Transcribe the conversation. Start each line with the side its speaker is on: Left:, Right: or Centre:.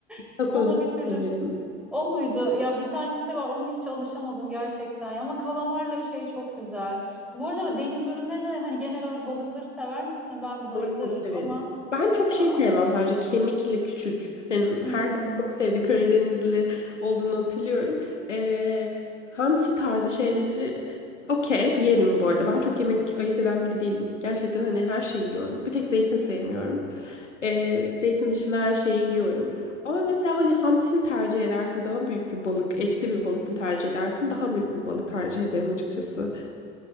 Centre: <laughs>
Left: Takoz
Centre: Ona
Left: da çok
Centre: bir türlü
Left: severim.
Centre: o muydu? Ya bir tanesi var ona hiç alışamadım gerçekten. ya. Ama kalamarla şey çok güzel. Bu arada deniz ürünlerine de hani genel olarak balıkları sever misin? Ben bayılırım
Left: Balık çok severim.
Centre: ama
Left: Ben çok
Centre: ah,
Left: şey sevmem sadece kemikli küçük. Yani
Centre: hmm.
Left: herkes çok sevdi Karadenizli olduğunu hatırlıyorum. Ee, hamsi tarzı şeyleri okey yerim bu arada. Ben çok yemek ayırt eden biri değilim. Gerçekten hani her şeyi yiyorum. Bir tek zeytin sevmiyorum. Ee, zeytin dışında her şeyi yiyorum. Ama mesela hani hamsi mi tercih edersin daha büyük bir balık, etli bir balık mı tercih edersin? Daha büyük bir balık tercih ederim açıkçası.